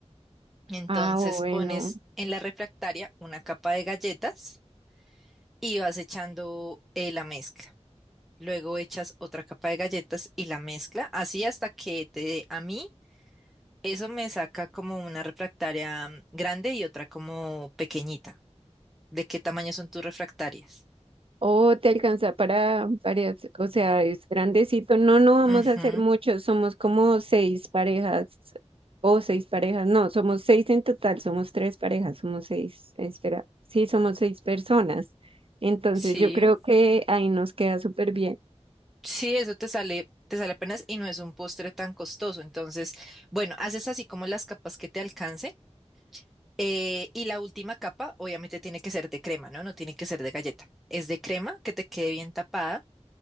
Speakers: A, in the centre; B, on the right (about 50°).
A: Entonces
B: Ah, bueno.
A: pones en la refractaria una capa de galletas y vas echando eh, la mezcla. Luego echas otra capa de galletas y la mezcla, así hasta que te dé. A mí eso me saca como una refractaria mm, grande y otra como pequeñita. ¿De qué tamaño son tus refractarias?
B: Oh, te alcanza para parejas, o sea, es grandecito. No, no vamos
A: Ujú,
B: a hacer muchos, somos como seis parejas o seis parejas, no, somos seis en total, somos tres parejas, somos seis, espera, sí, somos seis personas. Entonces
A: Sí.
B: yo creo que ahí nos queda súper bien.
A: Sí, eso te sale, te sale apenas y no es un postre tan costoso. Entonces, bueno, haces así como las capas que te alcance. eh, y la última capa, obviamente, tiene que ser de crema, ¿no? No tiene que ser de galleta. Es de crema que te quede bien tapada